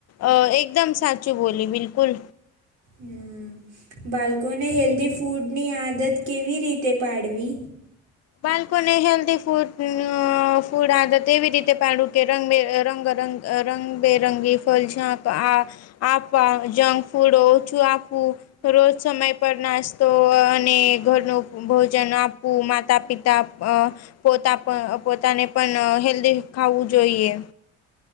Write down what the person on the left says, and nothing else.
અહ એકદમ સાચી બોલી બિલકુલ.
બાલકોને હેલ્ધી ફૂડ અહ ફૂડ આદત એવી રીતે પાડવું કે રંગ બે અહ રંગ રંગ અહ રંગબેરંગી ફલ જ્યાં આ આપા જંગ ફૂડ ઓછું આપવું રોજ સમય પર નાસ્તો અને ઘરનું ભોજન આપવું માં તા પિતા અહ પોતા પોતાને પણ હેલ્ધી ખાવું જોઈએ.